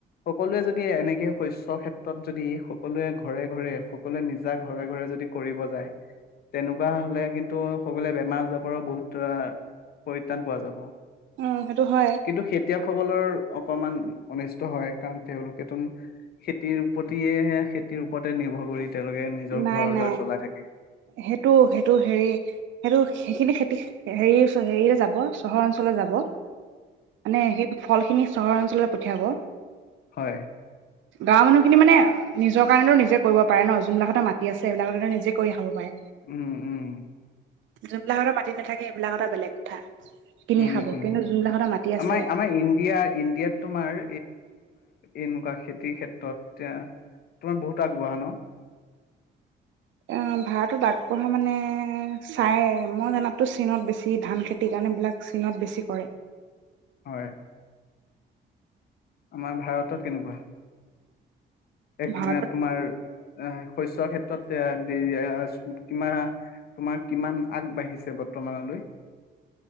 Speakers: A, on the left; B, on the right.
A: সকলোৱে যদি এনেকে শস্যক্ষেত্ৰত যদি সকলোৱে ঘৰে ঘৰে সকলোৱে নিজা ঘৰে ঘৰে যদি কৰিব যায়, তেনেকুৱা হ'লে কিন্তু সকলোৱে বেমাৰ আজাৰৰ পৰা বহুত আ পৰিত্ৰাণ পোৱা যাব।
B: উম সেইটো হয়
A: কিন্তু খেতিয়কসকলৰ অকমান অনিষ্ট হয়, কাৰণ তেওঁলোকেটোন খেতিৰ প্ৰতিয়ে খেতিৰ ওপৰতে নিৰ্ভৰ, কৰি তেওঁলোকে নিজৰ
B: নাই
A: ঘৰ
B: নাই
A: দুৱাৰ চলাই থাকে
B: সেইটো সেইটো হেৰি সেইটো, সেইখিনি খেতি হেৰি হেৰিৰে যাব চহৰ অঞ্চললে যাব মানে সেই ফলখিনি চহৰ অঞ্চললৈ পঠিয়াব।
A: হয়।
B: গাঁৱৰ মানুহখিনি মানে নিজৰ কাৰণেতো নিজে কৰিব পাৰে ন যোন নাখন, মাটি আছে এইবিলাকত নিজে কৰি খাব পাৰে।
A: উম উম,
B: যোনবিলাকৰ মাটি নাথাকে সেইবিলাকৰ এটা বেলেগ কথা। কিনি
A: উম
B: খাব
A: উম
B: কিন্তু যোনবিলাকতে মাটি আছে
A: আমাৰ আমাৰ ইণ্ডিয়া ইণ্ডিয়াত তোমাৰ এনেকুৱা খেতিৰ ক্ষেত্ৰত এতি তোমাৰ বহুত আগবঢ়া ন
B: এ ভাৰতত আগবঢ়া মানে, চাই মই জানাততো চীনত বেছি ধান খেতি কাণে বিলাক চীনত বেছি কৰে।
A: হয়। আমাৰ ভাৰতত কেনেকুৱা? এক
B: ভাৰতত
A: ঘে তোমাৰ, এ শস্যৰ ক্ষেত্ৰত তাত, তোমাৰকিমান আগবাঢ়ি‌ছেমানলৈ।